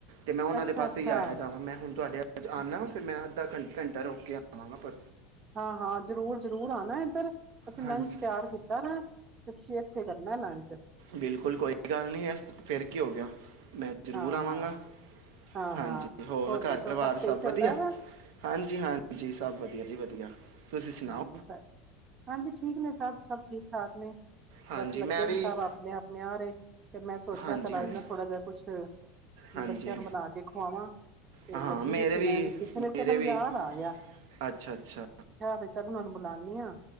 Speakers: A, on the right; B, on the right.
A: ਤੇ ਮੈਂ ਉਹਨਾਂ
B: ਅੱਛਾ
A: ਦੇ ਪਾਸੇ
B: ਅੱਛਾ
A: ਹੀ ਆਇਆਦਾ ਵਾ ਮੈਂ ਹੁਣ ਤੁਹਾਡੇ ਅੱਜ ਆਉਦਾ
B: ਅੱਛਾ
A: ਵ ਫਿਰ ਮੈਂ ਅਧਾ ਘੰਟ-ਘੰਟਾ ਰੂਕ ਕੇ ਆਵਾਂਗਾ ਫਿ
B: ਹਾਂ-ਹਾਂ, ਜ਼ਰੂਰ- ਜ਼ਰੂਰ ਆਨਾ ਇੱਧਰ। ਅਸੀਂ
A: ਹਾਂਜੀ
B: ਲੰਚ ਤਿਆਰ ਕੀਤਾ ਪਿਆ। ਤੁਸੀ ਇੱਥੇ ਕਰਨਾ ਲਨੱਚ।
A: ਬਿਲਕੁਲ, ਕੋਈ ਗੱਲ ਨਹੀਂ ਇਸ ਫੇਿਰ ਕੀ ਹੋ ਗਿਆ? ਮੈਂ ਜ਼ਰੂਰ
B: ਹਾਂ
A: ਆਵਾਂਗਾ,
B: ਹਾਂ ਹਾਂ
A: ਹਾਂਜੀ
B: ਹਾਂ
A: ਹੋਰ ਘਰ
B: ਦੱਸੋ
A: ਪਰਿਵਾਰ
B: ਸਹੀ
A: ਸਭ
B: ਚੱਲਦਾ
A: ਵਧੀਆ,
B: ਵਾ
A: ਹਾਂਜੀ-ਹਾਂਜੀ ਸਭ ਵਧੀਆ ਜੀ ਵਧੀਆ। ਤੁਸੀਂ ਸੁਣਾਓ
B: ਹੰਜੀ ਸ ਹਾਂਜੀ, ਠੀਕ ਨੇ ਸਭ- ਸਭ ਠੀਕ। ਸਾਥ ਨੇ
A: ਹਾਂਜੀ
B: ਬਸ ਲੱਗੇ
A: ਮੈਂ
B: ਨੇ
A: ਵੀ
B: ਸਬ ਆਪਣੇ-ਆਪਣੇ ਆ ਰਹੇ ਤੇ ਮੈਂ ਸੋਚਿਆ
A: ਹਾਂਜੀ
B: ਚਲ
A: ਹਾਂਜੀ
B: ਅਜ ਥੋੜਾ ਜਾ ਕੁਛ
A: ਹਾਂਜੀ
B: ਬੱਚਿਆਂ ਨੂੰ ਬਣਾ ਕੇ ਖਵਾਵਾਂ, ਤੇ
A: ਹਾਂ
B: ਲੱਗੀ
A: ਮੇਰੇ
B: ਪਈ ਸੀ ਮੈਂ ਵੀ ਕਿਚਨ ਚ
A: ਮੇਰੇ
B: ਮੈਨੂੰ
A: ਵੀ
B: ਯਾਦ ਆ ਗਿਆ।
A: ਅੱਛਾ ਅੱਛਾ
B: ਮੈ ਚੱਲ ਉਹਨਾਂ ਨੂੰ ਬੁਲਾਉਾਨੀ ਹਾਂ।